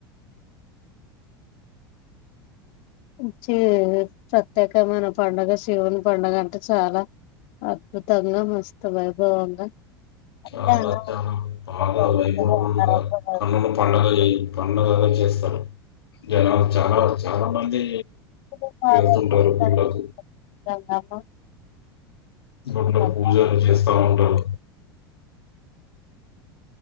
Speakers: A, on the left; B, on the left.
A: మంచి ప్రత్యేకమైన పండుగ శివుని పండుగ అంటే చాలా అద్భుతంగా మస్తు వైభవంగా కళ్యాణం
B: చాలా చాలా
A: అనేది
B: బాగా
A: జరుగుతది
B: వైభవంగా
A: అంగరంగ వైభవంగా
B: కన్నుల పండగ ఈ ఉన్నగా చేస్తారు జనాలు చాలా చాలా మంది,
A: <unintelligible>
B: వెళ్తుంటారు గుళ్ళకు గూలో
A: కళ్యాణం
B: పూజలు చేస్తా ఉంటారు